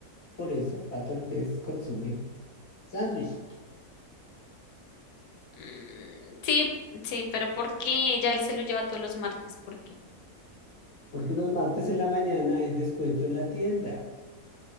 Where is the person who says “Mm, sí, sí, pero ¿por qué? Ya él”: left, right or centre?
Left